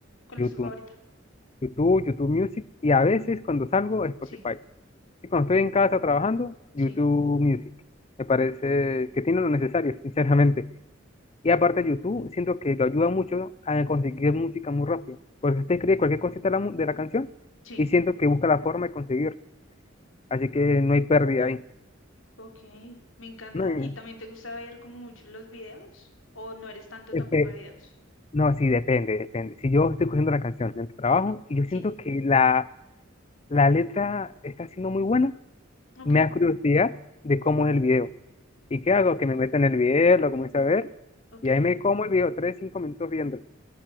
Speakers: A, on the left; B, on the left.
A: ¿Cuál
B: YouTube,
A: es tu favorita?
B: YouTube, YouTube Music, y a veces cuando salgo, Spotify.
A: Sí,
B: Y cuando estoy en casa trabajando, YouTube
A: sí.
B: Music. Me parece que tiene lo necesario, <laughs> sinceramente. Y aparte, YouTube siento que lo ayuda mucho a conseguir música muy rápido. Porque usted escribe cualquier cosita de la, mu- de la canción
A: sí.
B: y siento que busca la forma de conseguirla. Así que no hay pérdida ahí.
A: Ok, me encanta.
B: No, hay-
A: ¿Y también te gusta ver como mucho los videos? ¿O no eres tanto
B: este,
A: tampoco de videos?
B: No, sí, depende, depende. Si yo estoy cogiendo la canción mientras trabajo y yo
A: Sí,
B: siento que la, la letra está siendo muy buena,
A: ok.
B: me da curiosidad de cómo
A: ujú,
B: es el video. ¿Y qué hago? Que me meta en el video, lo comienzo a ver
A: Ok.
B: y ahí me como el video, tres, cinco minutos viendo. Es